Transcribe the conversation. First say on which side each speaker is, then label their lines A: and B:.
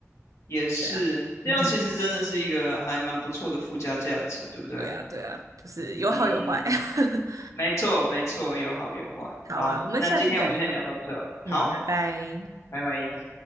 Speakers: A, on the left; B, on the right.
A: 也是，
B: 对啊，
A: 这样其实真的是一个还蛮不错的附加价值，
B: 嗯哼，
A: 对不对？
B: 对啊，对啊，就是有好有坏。
A: 嗯。
B: <laughs>
A: 没错，没错，有好有坏。
B: 好啊，
A: 好，
B: 我们下次再聊。
A: 那今天我们就先聊到这。好，
B: 嗯，拜拜。
A: 拜拜。